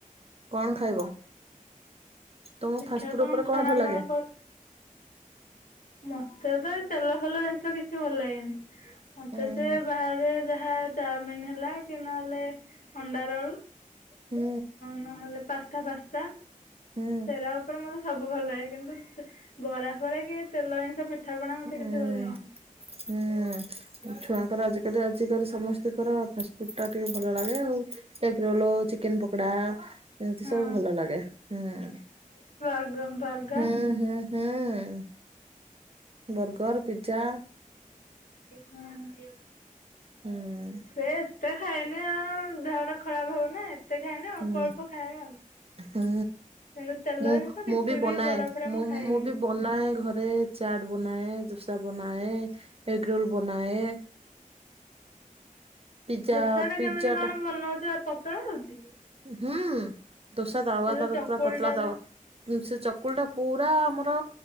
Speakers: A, on the right; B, on the left.
A: କଣ ଖାଇବ? ତମ
B: ଦେଖିବା
A: ଫାଷ୍ଟ ଫୁଡ୍ ଉପରେ
B: ଛଣାମଣା
A: କଣ ଭଲ ଲାଗେ।
B: ମତେ ତ ତେଲ ଫେଲ ଜିନିଷ କିଛି ଭଲ ଲାଗେନି। ମତେ
A: ଉଁ
B: ସେ
A: ହୁଁ
B: ବାହାରେ ଯାହା ଚାଉମିନ ହେଲା କି ନହେଲେ ଅଣ୍ଡା ରୋଲ୍।
A: ହୁଁ।
B: ନହେଲେ ପାସ୍ତା ପାସ୍ତା।
A: ହୁଁ।
B: <unintelligible> ଉପରେ ମତେ ସବୁ ଭଲ ଲାଗେ କିନ୍ତୁ ବରା ଫରା କି ତେଲ ଜିନିଷ ପିଠା ପଣା ମତେ
A: ହୁଁ।
B: କିଛି ଭଲ ଲାଗେନି।
A: ହୁଁ ଏ ଛୁଆଙ୍କର ଆଜିକାଲି-ଆଜିକାଲି ସମସ୍ତଙ୍କର ଫାଷ୍ଟ ଫୁଡ୍ ଟା ଟିକେ ଭଲ ଲାଗେ ଆଉ ଏଗ୍ ରୋଲ ଚିକେନ ପକୋଡ଼ା ଏମ୍ତି
B: ହଁ
A: ସବୁ ଭଲ ଲାଗେ ହୁଁ।
B: ବର୍ଗର୍।
A: ହୁଁ ହୁଁ ହୁଁ। ବର୍ଗର, ପିଜ୍ଜା
B: ହଁ-ହଁ।
A: ହୁଁ।
B: ସେ ଏତେ ଖାଏନି, ଆଉ ଦେହଟା ଖରାପ୍ ହବନା। ଏତେ ଖାଏନି ଅଳ୍ପ-ଅଳ୍ପ
A: ହୁଁ।
B: ଖାଏ ଆଉ।
A: ହୁଁ
B: କିନ୍ତୁ ତେଲ
A: ମୁଁ-ମୁଁ
B: ଜିନିଷ କିଛି
A: ବି ବନାଏ,
B: ବରା ଫରା ମୁଁ
A: ମୁଁ-ମୁଁ
B: ଖାଏନି।
A: ବି ବନାଏ ଘରେ ଚାଟ୍ ବନାଏ, ଦୋସା ବନାଏ, ଏଗ ରୋଲ୍ ବନାଏ। ପିଜା
B: ଦୋସା ଟା
A: ପିଜା
B: କେମିତି କଣ ବନାଉଚ ପତଳା ହଉଚି?
A: ହୁଁ ଦୋସା ତାୱା
B: ସେ
A: <unintelligible>
B: ଯୋଉ ଚକୁଳି
A: ପୁରା ପତଳା
B: ଟା
A: ତାୱା।
B: ଯା
A: ଉଁ ସେ ଚକୁଳି ଟା ପୁରା ଆମର